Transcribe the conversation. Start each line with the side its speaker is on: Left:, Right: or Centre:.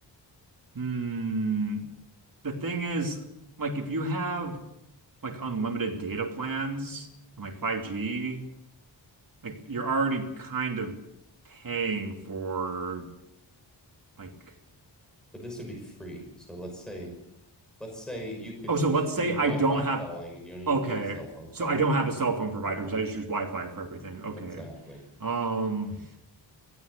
Right: hmm. The thing is, like, if you have like unlimited data plans and like 5G. like you're already kind of paying for like
Centre: But this would be free. So let's say Let's say you could
Right: oh so
Centre: just
Right: let's
Centre: do
Right: say
Centre: Wi-Fi
Right: I don't
Centre: calling
Right: have
Centre: and you don't even
Right: okay
Centre: need a cell phone plan.
Right: so I don't have a cell phone provider because I just use Wi-Fi for everything okay
Centre: Exactly.
Right: um